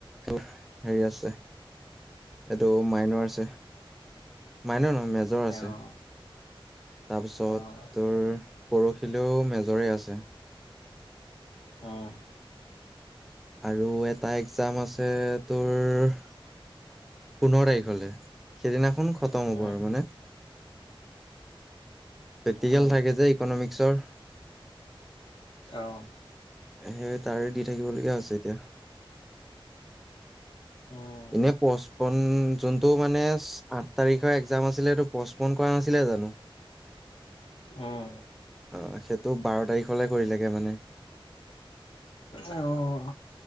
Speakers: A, in the centre; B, on the left.
A: কেলা হেৰি আছে, এইটো মাইনৰ আছে <inaudible> মাইনৰ নহয় মেজৰ আছে
B: অঁ
A: <inaudible> তাৰপিছত
B: অঁ
A: তোৰ, পৰহিলেও মেজৰে আছে
B: হ <inaudible>
A: আৰু এটা এক্সাম আছে তোৰ <inaudible> পোন্ধৰ তাৰিখলে সেইদিনাখন খতম হ'ব আৰু
B: উম
A: মানে <inaudible> প্ৰেক্টিকেল
B: উম
A: থাকে যে ইকনমিক্সৰ <inaudible>
B: অঁ
A: সেই তাৰে দি থাকিবলগীয়া হৈছে এতিয়া <inaudible>
B: উম
A: এনে পচপন, যোনটো মানে আঠ তাৰিখৰ একজাম আছিলে সেইটো পচপন কৰা নাছিলে জানো।
B: উম
A: অঁ সেইটো বাৰ তাৰিখলে কৰিলেগে মানে,
B: অঁ